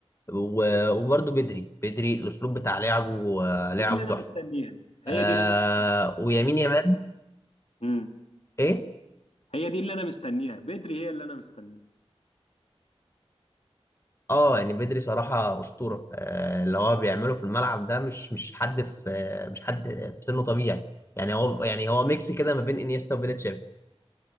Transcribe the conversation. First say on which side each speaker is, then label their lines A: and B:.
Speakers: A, on the left; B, on the left.
A: و- وبرضه بدري بدري الاسلوب بتاع لعبه آه، لعبه
B: دي اللي انا
A: تحفه
B: مستنيها هي
A: آه
B: دي اللي انا مستنيها
A: ويمين يامال
B: امم
A: ايه
B: هي دي اللي انا مستنيها بدري هي اللي انا مستنيها
A: اه يعني بدري صراحة أسطورة آه اللي هو بيعمله في الملعب ده مش مش حد في آه، مش حد في سنه طبيعي يعني هو يعني هو ميكس كده ما بين انيستا وبيلتشيف